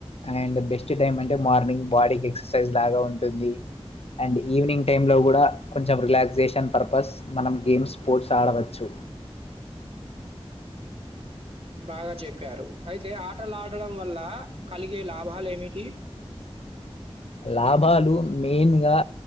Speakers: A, on the left; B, on the right.
A: అండ్ బె మంచి టైం అంటే మార్నింగ్ బాడీకి ఎక్సర్సైజ్ లాగా ఉంటుంది అండ్ ఈవినింగ్ టైమ్ లో గూడా కొంచెం రిలాక్సేషన్ పర్పస్ మనం గేమ్స్ స్పోర్ట్స్ ఆడవచ్చు.
B: బాగా చెప్పారు అయితే ఆటలు ఆడడం వల్ల కలిగే లాభాలు ఏమిటి.
A: లాభాలు మెయిన్ గా